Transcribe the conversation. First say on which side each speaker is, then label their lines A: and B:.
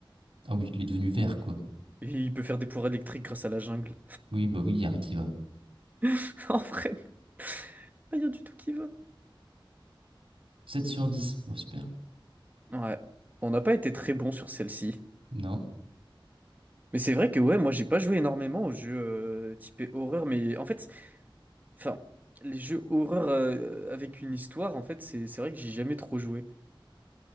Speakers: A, on the right; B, on the right.
A: Ah oui, il est devenu vert, quoi.
B: Et il peut faire des pouvoirs électriques grâce à la jungle.
A: Oui, bah oui, y a rien qui va.
B: <laughs> En vrai, non. Y a rien du tout qui va.
A: Sept sur dix, Bon, super.
B: Ouais. Bon, On n'a pas été très bon sur celle-ci.
A: Non.
B: Mais c'est vrai que ouais, moi j'ai pas joué énormément aux jeux euh, typés horreur, mais en fait, enfin, les jeux horreur euh, avec une histoire, en fait, c'est c'est vrai que j'ai jamais trop joué.